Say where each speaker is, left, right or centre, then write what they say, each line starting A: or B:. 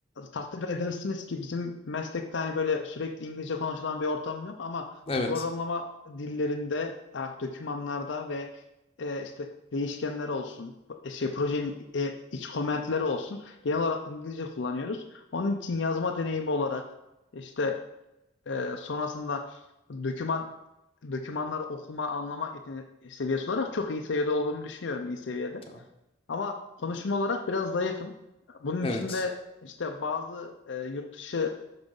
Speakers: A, on the left; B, on the left.
A: takdir edersiniz ki bizim meslekte hani böyle sürekli İngilizce konuşulan bir ortam yok ama
B: Evet.
A: programlama dillerinde, ah, dokümanlarda ve e, işte değişkenler olsun, e, şey projenin e, iç komentleri olsun genel olarak İngilizce kullanıyoruz. Onun için yazma deneyimi olarak işte e, sonrasında doküman dokümanları okuma, anlama yetene- seviyesi olarak çok iyi seviyede olduğumu düşünüyorum, iyi seviyede.
B: Tamam.
A: Ama konuşma olarak biraz zayıfım. Bunun
B: Evet.
A: içinde işte bazı e, yurt dışı